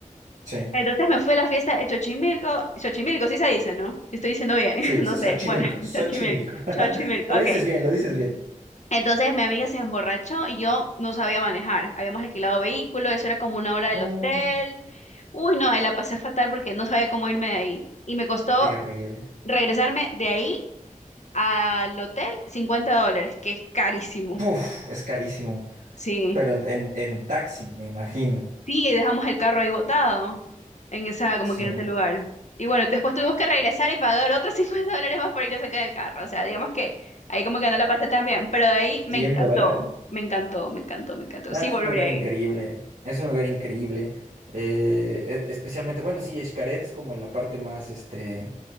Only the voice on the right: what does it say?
Sí,
sí,
Xochimilco,
Xochimilco.
<laughs> Pero
lo dices bien, lo dices bien.
No,
terrible.
Uf, es carísimo.
Pero en, en, en taxi, me imagino.
Sí,
cien
dólares.
Nada,
es
un lugar
increíble. Es un lugar increíble. Eh, e- especialmente, bueno, sí, Xcaret es como la parte más, este,